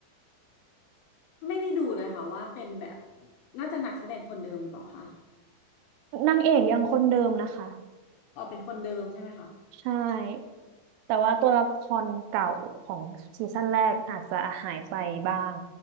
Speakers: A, on the left; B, on the right.
A: ไม่ได้ดูเลยค่ะว่าเป็นแบบน่าจะนักแสดงคนเดิมหรือเปล่าคะ
B: นางเอกยังคนเดิมนะคะ
A: อ๋อเป็นคนเดิมใช่ไหมคะ
B: ใช่แต่ว่าตัวละครเก่าของซีซั่นแรกอาจจะหายไปบ้าง